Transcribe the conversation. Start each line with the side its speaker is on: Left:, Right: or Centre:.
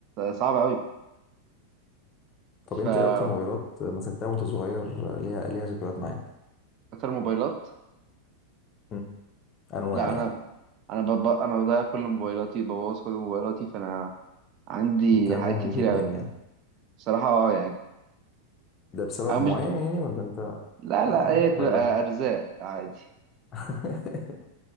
Right: صعب قوي
Left: طب انت
Right: فاكتر
Left: ايه اكتر موبايلات مسكتها وانت صغير ليها ليها ذكريات معاك
Right: موبايلات
Left: مم. انواع
Right: لا
Left: يعني
Right: انا انا ب... ب- انا بضيع كل موبايلاتي ببوظ كل موبايلاتي فانا عندي
Left: انت مهمل
Right: حاجات كتير
Left: جدا
Right: قوي
Left: يعني
Right: بصراحة اه يعني
Left: ده بسبب
Right: انا مش
Left: معين
Right: ب...
Left: يعني ولا انت
Right: لا
Left: آه
Right: لا هي تبقى
Left: بايلك
Right: ارزاق عادي
Left: <laughs>